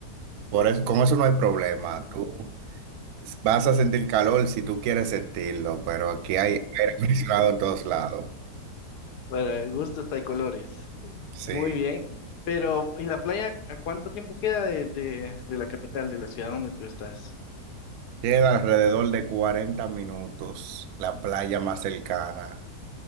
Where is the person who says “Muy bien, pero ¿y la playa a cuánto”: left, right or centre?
Left